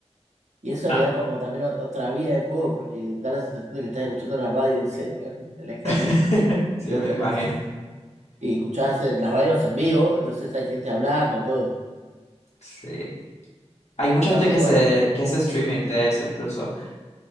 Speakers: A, on the right; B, on the left.
A: Y eso
B: Ah.
A: le da como también o- otra vida al juego, porque da la sensación de que estás escuchando una radio en serio, ¿no? <laughs> En el camión.
B: <laughs> Sí,
A: Y vas
B: me
A: caminando.
B: imagino.
A: <laughs> Y escuchás eh, las radios en vivo, entonces hay gente hablando, todo.
B: Sí. Hay mucha
A: Está
B: gente
A: muy
B: que
A: bueno.
B: hace, que hace streaming de eso incluso,